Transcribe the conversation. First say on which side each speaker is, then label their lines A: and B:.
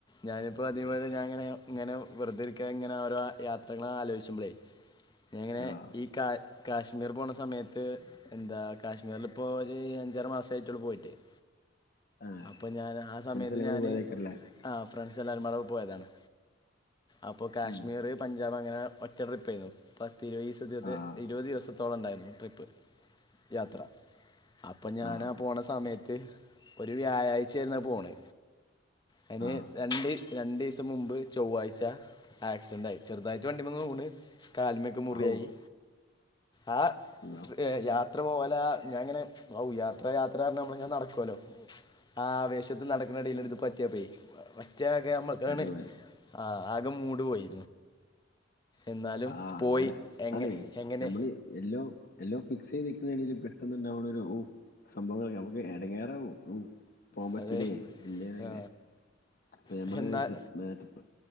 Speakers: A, on the left; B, on the left.
A: ഞാനിപ്പോ അതേപോലെ ഞാനിങ്ങനെ വെറ്തെ ഇരി ഒക്കെ ഇങ്ങനെ ഓരോ യാത്രകള് ആലോചിച്ച്ബളേ ഇങ്ങനെ
B: ആഹ്
A: ഈ കാ കാശ്മീർ പോണ സമയത്ത് എന്താ കാശ്മീരിൽ ഇപ്പോ ഒരു അഞ്ചാറ് മാസമായിട്ടേള്ളൂ പോയിട്ട്. <inaudible>
B: ആഹ്
A: അപ്പോൾ ഞാന് ആ സമയത്ത്
B: ഫ്രണ്ട്സ് എല്ലാം കൂടി
A: ഞാന്
B: പോയതേക്കാരല്ലേ
A: ആഹ് ഫ്രണ്ട്സ് എല്ലാവരും പാ <unintelligible> ടെ പോയതാണ്. അപ്പൊ കാശ്മീറ്
B: ഉം
A: പഞ്ചാബ് അങ്ങനെ ഒറ്റ ട്രിപ്പേന്നു പത്തി ഇരുപത് ദെവസത്തെ
B: ആഹ്
A: ഇരുപത് ദെവസ അത്രത്തോളം ഒണ്ടായിരുന്നു ട്രിപ്പ് യാത്ര. അപ്പം ഞാന്
B: ആഹ്
A: ആ പോണ സമയത്ത് ഒരു വ്യാഴാഴ്ച ആയിരുന്നു പോണ് അയിന്
B: ആഹ്
A: രണ്ട് രണ്ടു ദെവസം മുമ്പ് ചൊവ്വാഴ്ച്ച ആക്സിഡന്റ് ആയി ചെറുതായിട്ട് വണ്ടിന്ന് ഒന്ന് വീണ് കാലുമേ ഒക്കെ മുറിവായി
B: ഹൗ
A: ആഹ്
B: അള്ളാ
A: യാ യാത്ര പോല ഞാങ്ങനെ ഔ യാത്ര യാത്ര അർഞ്ഞ് നമ്മള് ഇങ്ങനെ നടക്കോല്ലോ. ആഹ് ആവേശത്ത് നടക്ക്ണ എടീല് <unintelligible> പറ്റിയ പ്പെ പറ്റിയ ഒക്കെ നമ്മക്കാണ്
B: അടിപൊളി
A: ആ കെ മൂട് പോയി. എന്നാലും
B: ആഹ് അങ്ങനെ
A: എങ്ങ
B: ആണ്.
A: എങ്ങനെ
B: ഞമ്മള് എല്ലോ എല്ലോ ഫിക്സെയ്ത് നിക്ക്ണെടീൽ പെട്ടെന്നുണ്ടാവണ ഒരു ഉ സംഭവങ്ങളൊക്കെ നമുക്ക് എടങ്ങേറാവും. പോകൻ പറ്റൂലേയ്
A: അത്
B: ഇല്ലേന്ന്ങ്ങനെ
A: ആ
B: അപ്പം ഞമ്മള്
A: പക്ഷെ എന്നാൽ
B: ട്രിപ്പ്‌